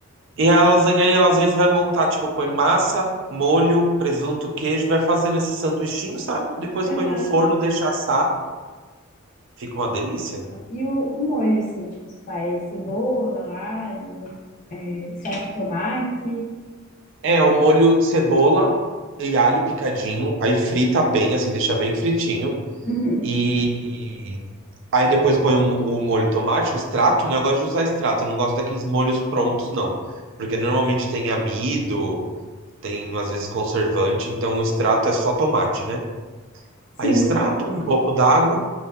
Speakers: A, on the right (about 60°); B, on the left (about 40°).
A: E a lasanha, e a lasanha você vai montar, tipo, põe massa, molho, presunto, queijo, vai fazendo esse sanduichinho, sabe? Depois
B: aham.
A: põe no forno, deixa assar. Fica uma delícia.
B: E o, o molho, assim, tipo, você faz cebola, alho, eh, salsa de tomate.
A: É, o molho cebola e alho picadinho, aí frita bem, assim, deixa bem fritinho.
B: Uhum.
A: E aí depois põe o, mo- o molho de tomate, o extrato, né? Eu gosto de usar extrato, eu não gosto daqueles molhos prontos, não. Porque normalmente tem amido, tem às vezes conservante, então o extrato é só tomate, né?
B: Sim.
A: Aí extrato, um pouco d'água,